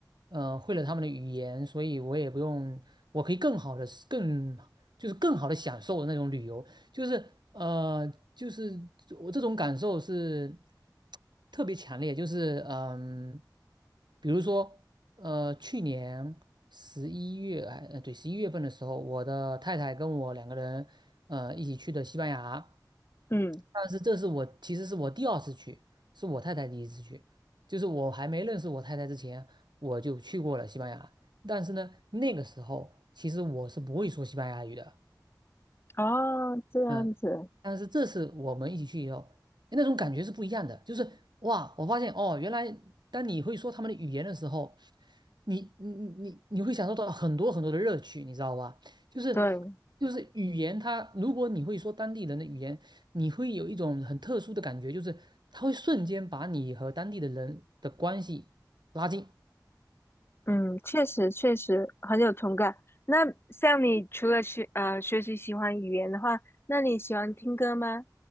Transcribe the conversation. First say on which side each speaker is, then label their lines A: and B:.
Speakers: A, on the right (about 75°); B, on the left (about 30°).
A: 呃会了他们的语言，所以我也不用，我可以更好的、更就是更好的享受那种旅游，就是呃，就是我这种感受是特别强烈，就是嗯、比如说呃，去年十一月哎呃对十一月份的时候，我的太太跟我两个人呃一起去的西班牙，
B: 嗯，
A: 但是这是我其实是我第二次去。是我太太第一次去，就是我还没认识我太太之前，我就去过了西班牙。但是呢，那个时候其实我是不会说西班牙语的，
B: 哦，这样子，
A: 嗯，但是这次我们一起去以后，诶那种感觉是不一样的。就是哇，我发现哦，原来当你会说他们的语言的时候，你你你你你会享受到很多很多的乐趣，你知道吧？就是
B: 对，
A: 就是语言它，如果你会说当地人的语言，你会有一种很特殊的感觉，就是它会瞬间把你和当地的人的关系拉近。
B: 嗯，确实确实很有同感。那像你除了学呃学习喜欢语言的话，那你喜欢听歌吗？